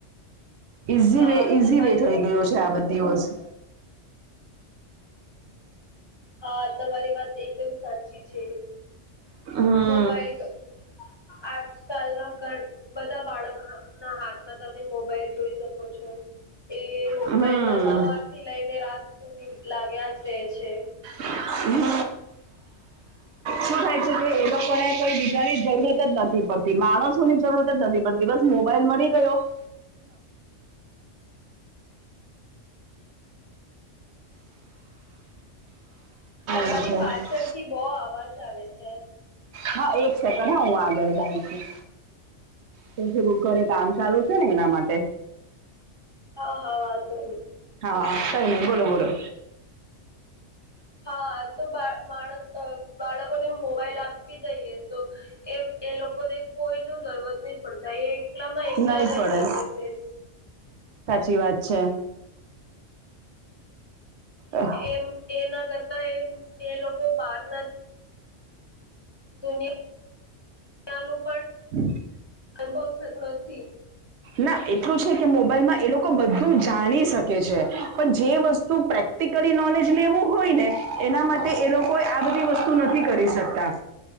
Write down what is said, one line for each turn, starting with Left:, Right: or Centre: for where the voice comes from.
Right: ઈઝી
Left: હા
Right: વે ઈઝી
Left: તમારી
Right: વે થઈ
Left: વાત
Right: ગયો છે આ બધી વસ્તુ
Left: હા તમારી વાત એકદમ સાચી છે
Right: હમ
Left: મોબાઈલ <inaudible> આજકાલના બધા બાળકોના હાથ માં તમે મોબાઈલ જોઈ શકો છો <inaudible> એ મોબાઈલ
Right: હમ
Left: માં સવાર થી લઈને રાત સુધી લાગ્યા જ રહે છે
Right: હમ <inaudible> શું થાય છે કે એ લોકોને કઈ બીજાની જરૂરત જ નથી પડતી માણસો ની જરૂરત નથી બધી બસ મોબાઈલ મળી ગયો <inaudible>
Left: તમારી
Right: એવું
Left: પાછળથી
Right: છે
Left: બહ અવાજ આવે છે
Right: હા એક સેકન્ડ હા હું આગળ જાઉં છ પડું ઘરે કામ ચાલુ છે ને એના માટે
Left: હા હા વાજધો
Right: હા કઈ નહી બોલો બોલો
Left: હા તો બા માણસ બાળકોને મોબાઈલ આપી દઈએ તો એ એ લોકોને કોઈ ન જરૂરત નહી પડતા એ એકલામાં એકલા
Right: નહીં
Left: રહી
Right: પડે
Left: શકે છે
Right: સાચી વાત છે અહ,
Left: એમ એ ના કરતા એમ એ લોકો બહાર ના દુનિયાિ <inaudible> યાનું
Right: હમ <inaudible>
Left: અનુભવ થતો નથી
Right: ના એટલું છે કે મોબાઈલમાં એ લોકો બધું જાણી શકે છે પણ જે વસ્તુ શું પ્રેક્ટિકલી નોલેજ લેવું હોય ને એના માટે એ લોકો આ બધી વસ્તુ નથી કરી શકતા